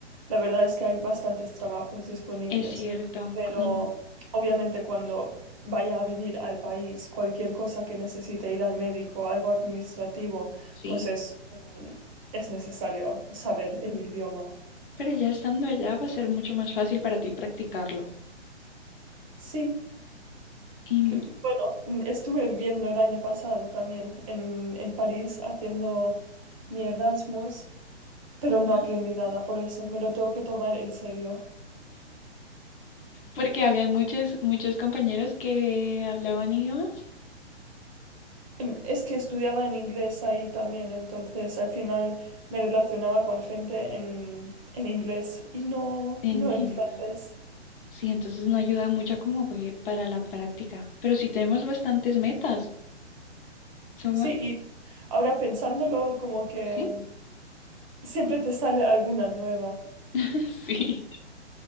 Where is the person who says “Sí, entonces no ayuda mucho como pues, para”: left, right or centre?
Left